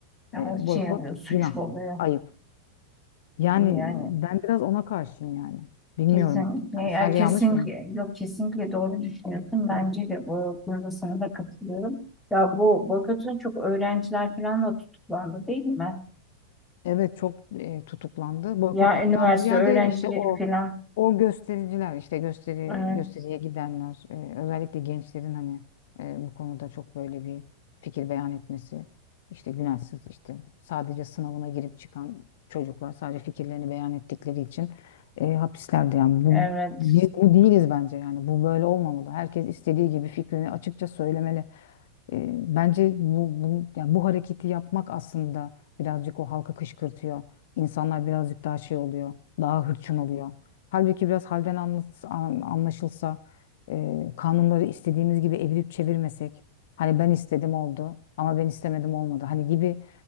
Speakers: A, in the centre; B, on the left.
A: Yani
B: e, boykot
A: şey oluyor suçlu
B: günah,
A: oluyor.
B: ayıp. Yani
A: Yani
B: ben biraz ona karşıyım yani. Bilmiyorum.
A: kesinlikle
B: Hani
A: ya
B: sence
A: kesinlikle
B: yanlış mıyım?
A: yok kesinlikle doğru düşünüyorsun. Bence de bu konuda sana da katılıyorum. Ya bu boykotun çok öğrenciler falan da tutuklandı değil mi?
B: Evet çok e, tutuklandı. Boykottan
A: Ya üniversite
B: ziyade
A: öğrencileri
B: işte o
A: falan.
B: o göstericiler işte gösteri
A: Evet.
B: gösteriye gidenler e, özellikle gençlerin hani e, bu konuda çok böyle bir fikir beyan etmesi işte günahsız işte sadece sınavına girip çıkan çocuklar sadece fikirlerini beyan ettikleri için e, hapislerde yani bu
A: Evet.
B: biz bu değiliz bence yani bu böyle olmamalı. Herkes istediği gibi fikrini açıkça söylemeli. E, bence bu, bu, yani bu hareketi yapmak aslında birazcık o halkı kışkırtıyor. İnsanlar birazcık daha şey oluyor, daha hırçın oluyor. Halbuki biraz halden anlas- an- anlaşılsa, e, kanunları istediğimiz gibi evirip çevirmesek, hani ben istedim oldu ama ben istemedim olmadı. Hani gibi